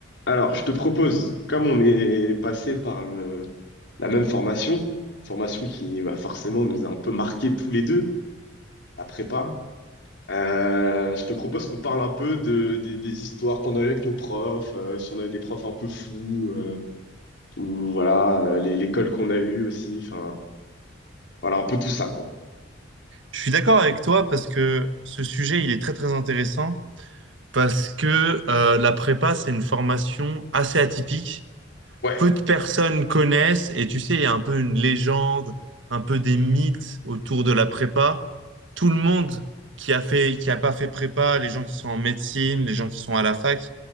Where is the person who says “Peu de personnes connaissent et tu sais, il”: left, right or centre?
Right